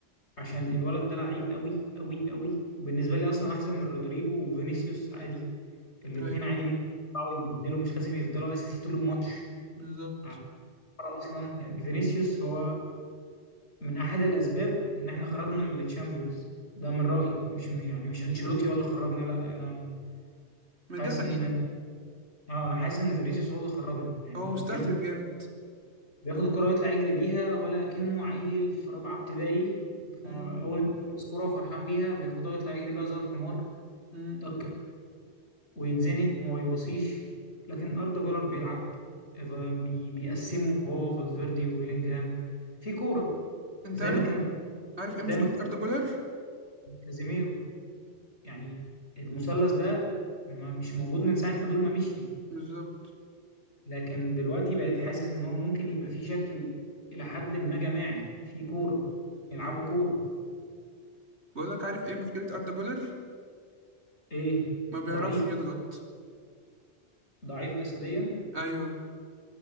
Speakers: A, on the left; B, on the right.
A: عشان الولد ده لعيب قوي قوي قوي بالنسبة
B: مم،
A: لي أصلا أحسن من رودريجو وفينيسيوس عادي الاتنين
B: ايوه
A: عادي ممكن يطلعوا يتبدلوا مش لازم يفضلوا أساسي طول الماتش
B: بالظبط
A: على فكرة أصلا يعني فينيسيوس هو من أحد الأسباب إن إحنا خرجنا من التشامبيونز ده من رأيي مش م- يعني مش أنشيلوتي هو اللي خرجنا لا أنا حاسس
B: ما ده حقيقي
A: إن اه انا حاسس ان فينيسيوس هو اللي خرجنا يعني
B: هو مستهتر
A: بياخد
B: جامد
A: بياخد الكرة ويطلع يجري بيها ولا أكنه عيل في رابعة ابتدائي فأول
B: مم،
A: ما يلبس كرة فرحان بيها بياخدها ويطلع يجري بيها زي الحمار
B: مم.
A: طك ويتزنق وما بيبصيش لكن أردا جولر بيلعب ف- بي بيقسمه هو فالفيردي وبيلينجهام في كورة
B: انت
A: زي
B: عارف
A: ما كان
B: عارف ايه مشكله
A: زي ما
B: اردا جولر
A: كان كازيميرو يعني المثلث ده م- مش موجود من ساعة ما دول ما مشيوا
B: بالظبط
A: لكن دلوقتي بقيت حاسس إن هو ممكن يبقى في شكل إلى حد ما جماعي في
B: مم،
A: كورة يلعبوا
B: أيوة.
A: كورة
B: بقول لك عارف ايه مشكله اردا جولر
A: ايه
B: ما بيعرفش
A: ضعيف
B: يضغط
A: ضعيف جسديا
B: ايوه